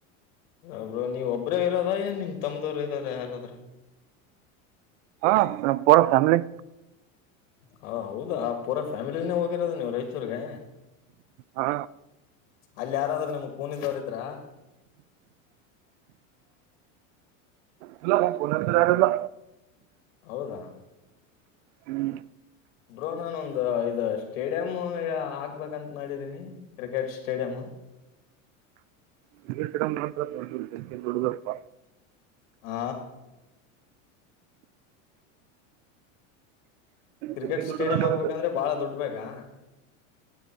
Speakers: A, on the left; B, on the right.
A: ಅವರು ನೀವ್ ಒಬ್ಬ್ರೇ ಇರೋದಏ ನಿಮ್ ತಮ್ಮ್ದವರು ಇದಾರ ಯಾರಾದ್ರ
B: ಹಾ ನ ಪರ ಫ್ಯಾಮಿಲಿ
A: ಹ ಹೌದಾ ಪೂರಾ ಫ್ಯಾಮಿಲನೇ ಹೋಗಿರೋದು ನೀವು ರಾಯಚೂರ್ಗೆ
B: ಹಾ
A: ಅಲ್ಲಿ ಯಾರಾದ್ರರು ನಿಮ್ ಕೂನಿದವರಿದ್ರ
B: ಹಲೋ <unintelligible> ಯಾರಿಲ್ಲ.
A: ಹೌದಾ.
B: ಹ್ಮ್
A: ಬ್ರೋ ನಾನೊಂದ ಇದ ಸ್ಟೇಡಿಯಂ ಹಾಕ್ಬೇಕಂತ ಮಾಡಿದೀನಿ ಕ್ರಿಕೆಟ್ ಸ್ಟೇಡಿಯಂ.
B: Cricket stadium <unintelligible> ದುಡ್ದಪ್ಪ.
A: ಆ ಕ್ರಿಕೆಟ್
B: ಜಗ್ಗಿ ದುಡ್ಡು
A: ಸ್ಟೇಡಿಯಂ ಹಾಕ್ಬೇಕಂದ್ರೆ ಬಾಳ ದುಡ್ ಬೇಕಾ